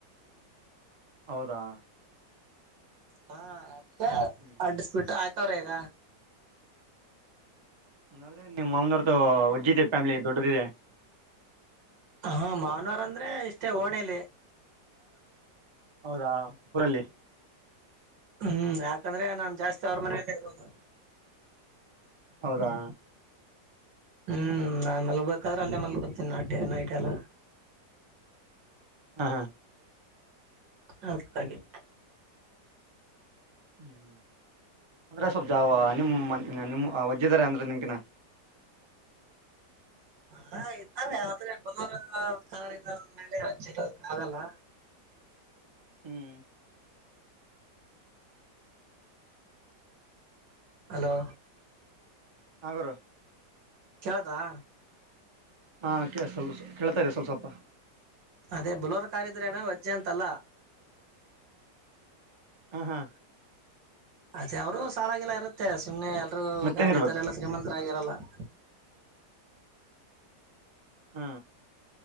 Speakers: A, on the right; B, on the right.
A: ಹೌದಾ
B: ಹಾ ಅ
A: ಹ್ಮ್
B: ಅಡ್ಡಿಸಪಿಟ್ಟ ಆಯಕ್ರಗ.
A: ಹಂಗಾದ್ರೆ ನಿಮ್ಮ್ ಮಾಮನವರತ ಒಜ್ಜ ಇದೆ ಫ್ಯಾಮಿಲಿ ದೊಡ್ಡದಿದೆ.
B: ಹಾ ಮಾನವಾರ ಅಂದ್ರೆ ಇಷ್ಟೇ ಓಣೇಲಿ.
A: ಹೌದಾ ಊರಲ್ಲಿ
B: ಹ್ಮ್ ಯಾಕಂದ್ರೆ ನಾ ಜಾಸ್ತಿ ಅವ್ರ ಮನೇಲ್ಲ ಇರೋದು
A: ಹೌದಾ
B: ಹ್ಮ್ ನಾನ್ ಮಲ್ಗ್ಬೇಕಾದ್ರೆ ಅಲ್ಲೇ ಮಲ್ಗ್ತೀನಿ ನಾಟೆ ನೈಟ್ ಎಲ್ಲ
A: ಹ್ಮ
B: ಅದ ಹಾಗೆ
A: ಹ್ಮ್ ಅಂದ್ರೆ ಸ್ವಲ್ಪ ಜಾವ ನಿಮ್ ನಿಮ್ ವಜ್ಜದಾರ ಅಂದ್ರೆ ನಿಮ್ಕಿನ
B: ಹಾ ಇದ್ದಾವೆ ಆದ್ರೆ ಬಲೋರ ಕಾರ್ಾವ ಮೇಲೆ ಹಚ ಆಗಲ್ಲ
A: ಹ್ಮ್
B: ಹಲೋ
A: ಹಗರು
B: ಕೇಳತಾ
A: ಹಾಂ ಕ ಸ್ವಲ್ಪ ಕೇಳ್ತಾಾರೆ ಸ್ವಲ್ಪ ಸ್ವಲ್ಪ
B: ಅದೇ ಬುಲೋರ್ ಕಾರಿದ್ರೇನ ವಜ್ಜೆ ಅಂತಲ್ಲ
A: ಹ ಹಾ
B: ಅದೇ ಅವ್ರು ಸಾಲಾಗಿಲ್ಲ ಇರುತ್ತೆ ಸುಮ್ನೆ ಎಲ್ರುೂ
A: ಮತ್ತೇನ್
B: ಗಾಡಿದರೆ
A: ಇರ್ಬೇಕು
B: ಎಲ್ಲಾ ಶ್ರೀಮಂತರಾಗಿರಲ್ಲ ಹ
A: ಹ್ಮ